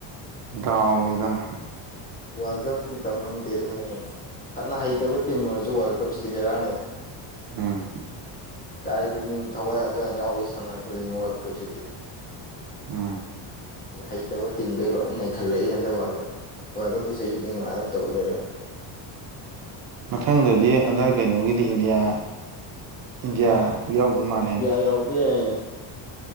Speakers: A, on the right; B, on the left.
A: ꯗꯥꯎꯅꯤꯗꯅ
B: ꯋꯥꯔꯜ ꯀꯞꯁꯤꯗꯤ ꯇꯝ ꯉꯝꯗꯦ ꯑꯗꯨꯅꯤ ꯐꯠꯅ ꯍꯩꯇꯕ ꯇꯤꯝ ꯑꯣꯏꯔꯁꯨ ꯋꯥꯔꯜ ꯀꯞꯁꯤꯗꯤ ꯕꯦꯔꯥꯅꯦꯕ
A: ꯎꯝ
B: ꯀꯥꯏ ꯄꯨꯛꯅꯤꯡ ꯊꯋꯥꯏ ꯍꯛꯆꯥꯡ ꯌꯥꯎꯒꯩ ꯁꯥꯟꯅꯔꯛ ꯇꯣꯏꯅꯦ ꯋꯥꯔꯜ ꯀꯞꯁꯤꯗꯤ
A: ꯎꯝ
B: ꯍꯩꯇꯕ ꯇꯤꯝꯒꯩ ꯂꯣꯏ ꯅꯩꯈꯠꯂꯛꯏ ꯍꯟꯗꯛ ꯋꯥꯔꯜ ꯀꯞ ꯋꯥꯔꯜ ꯀꯞꯇꯤ ꯆꯍꯤ ꯈꯨꯗꯤꯡ ꯑꯗꯨꯃꯥꯏꯅ ꯑꯗꯨ ꯇꯧꯔ ꯂꯩꯔꯝꯅꯤ
A: ꯃꯊꯪꯗꯗꯤ ꯑꯟꯗꯔ ꯀꯩꯅꯣꯒꯤꯗꯤ ꯏꯟꯗꯤꯌꯥ ꯏꯟꯗꯤꯌꯥ
B: ꯑ
A: ꯌꯥꯎꯗꯧ ꯃꯥꯜꯅꯦ
B: <unintelligible>